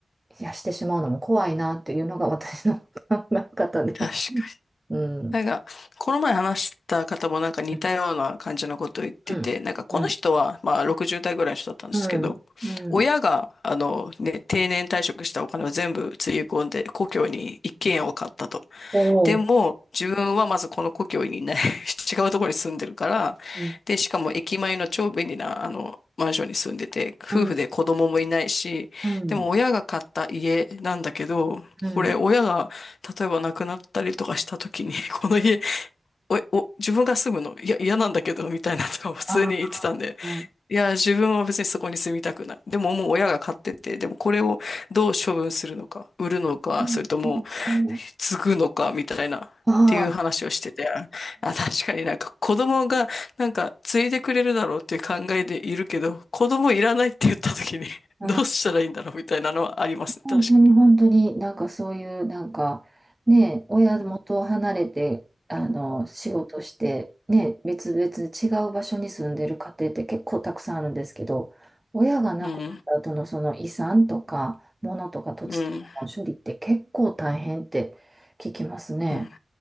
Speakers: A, on the right; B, on the left.
A: いやしてしまうのも怖いなっていうのが私の <laughs> 考え方で。
B: 確
A: うん。
B: なんか、この前話した方もなんか似たような感じのことを言ってて、
A: うん。
B: なんかこの人は、
A: うん
B: まあ60代ぐらいの人だったんですけど、
A: うん、うん。
B: 親が、あのね、定年退職したお金を全部つぎ込んで、故郷に一軒家を買ったと。
A: おお、
B: でも、自分はまずこの故郷にいない <laughs> 違うところに住んでるから、
A: うん、
B: で、しかも駅前の超便利な、あの、マンションに住んでて、夫婦で子供もいないし、
A: うん、うん、
B: でも親が買った家なんだけど、
A: うん。
B: これ親が例えば亡くなったりとかした時に、<laughs> この家、
A: うん
B: お、お、自分が住むの、いや、嫌なんだけど、みたいなとかを普通に言ってたんで
A: ああ、う
B: いや、自分は別にそこに住みたくない。でももう親が買ってて、でもこれをどう処分するのか、売るのか、
A: ん、
B: それとも
A: そう。
B: 継ぐのか、みたいな、
A: ああ、
B: っていう話をしてて、あ、確かになんか子供がなんか継いでくれるだろうっていう考えでいるけど、子供いらないって言った時にどうしたらいいんだろうみたいなのはありますね。
A: うん。本当に本当になんかそういう、
B: 確か
A: なんか、ね、親元を離れて、
B: に。
A: あの、仕事して、ね、別々違う場所に住んでる家庭って結構たくさんあるんですけど、親が亡くなった後のその遺産とか、
B: うん。
A: 物とか土地とかの処理って結構大変って聞きますね。
B: うん。うん。